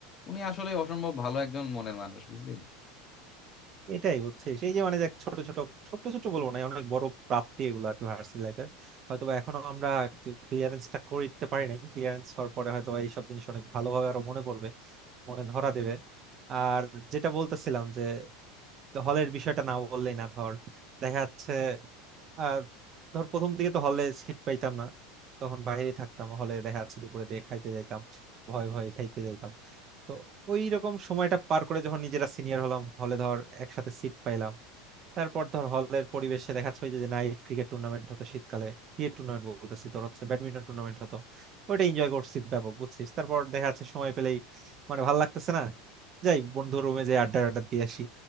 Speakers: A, on the left; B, on the right.
A: উনি আসলে অসম্ভব ভালো একজন মনের মানুষ বুঝলি
B: এটাই হচ্ছে সেই যে মানে দেখ ছোট ছোট ছোট ছোট বলবো না অনেক বড় প্রাপ্তি এগুলো আর কি ভার্সিটি লাইফের হয়তো বা এখনো আমরা ক্লিয়ারেন্সটা করে দিতে পারি নাই ক্লিয়ারেন্স হওয়ার পরে হয়তো বা এইসব জিনিস অনেক ভালোভাবে আরো মনে পড়বে মনে ধরা দেবে আর যেটা বলতেছিলাম যে হলের বিষয়টা না বললেই না ধর দেখা যাচ্ছে আহ ধর প্রথম দিকে তো হলে সিট পাইতাম না তখন বাইরে থাকতাম হলে দেখা যাচ্ছে দুপুরে দিয়ে খাইতে যাইতাম ভয়ে ভয়ে খাইতে যাইতাম তো ওই রকম সময়টা পার করে যখন নিজেরা সিনিয়র হলাম হলে ধর একসাথে সিট পাইলাম তারপর ধর হলের পরিবেশে দেখাচ্ছে ওই যে নাইট ক্রিকেট টুর্নামেন্ট হতো শীতকালে ক্রিকেট টুর্নামেন্ট বলতেছি তোর হচ্ছে ব্যাডমিন্টন টুর্নামেন্ট হতো ওইটা এনজয় করছি ব্যাপক বুঝছিস তারপর দেখা যাচ্ছে সময় পেলেই মানে ভালো লাগতেছে না যাই বন্ধু রুমে যে আড্ডা আড্ডা দিয়ে আসি